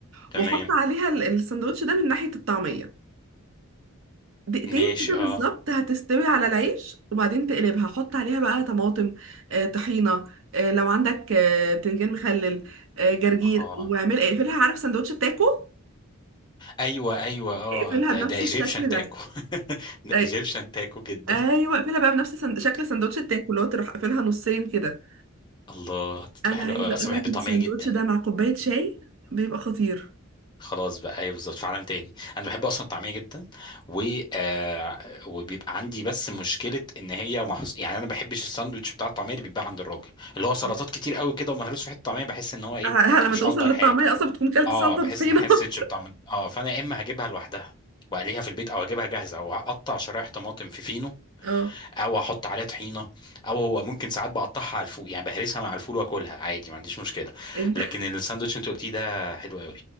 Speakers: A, on the left (about 20°); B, on the right (about 65°).
A: تمام
B: وحط عليها ال- السندوتش ده من ناحيه الطعميه دقيقتين
A: ماشي
B: كده بالظبط
A: اه
B: هتستوي على العيش وبعدين تقلبها حط عليها بقى طماطم آه، طحينه آه، لو عندك آه، بتنجان مخلل آه، جرجير
A: اه
B: واعمل اقفلها عارف سندوتش التاكو
A: ايوه ايوه اه
B: اقفلها
A: ده
B: بنفس
A: ده ايجيبشن
B: الشكل
A: تاكو
B: ده
A: <laughs> ده
B: أي-
A: ايجيبشن تاكو جدا
B: ايوه اقفلها بقى بنفس سند- شكل سندوتش التاكو اللي هو تروح قافلها نصين كده
A: الله دي بتبقى
B: انا
A: حلوه
B: عايزه
A: قوي اصلا
B: اقول لك
A: بحب الطعميه
B: الساندوتش
A: جدا
B: ده مع كوبايه شاي بيبقى خطير
A: خلاص بقى ايوه بالظبط في عالم تاني انا بحب اصلا الطعميه جدا و آه وبيبقى عندي بس مشكله ان هي محص... يعني انا ما بحبش الساندوتش بتاع الطعميه اللي بيتباع عند الراجل اللي هو سلطات
B: ه-
A: كتير قوي كده ومهروس في حته طعميه بحس ان هو ايه
B: ه- لما
A: مش
B: توصل
A: افضل
B: للطعمية
A: حاجه
B: اصلا بتكون كلت
A: اه
B: سلطة
A: بحس
B: بطحينة
A: ان ما حسيتش
B: <laughs>
A: بطعم اه فانا يا اما هجيبها لوحدها واقليها في البيت او اجيبها جاهزه واقطع شرايح طماطم في فينو
B: اه
A: او احط عليها طحينه او هو ممكن ساعات بقطعها على الفول يعني بهرسها مع الفول واكلها عادي ما عنديش مشكله
B: انت
A: لكن الساندوتش انت قلتيه ده حلو قوي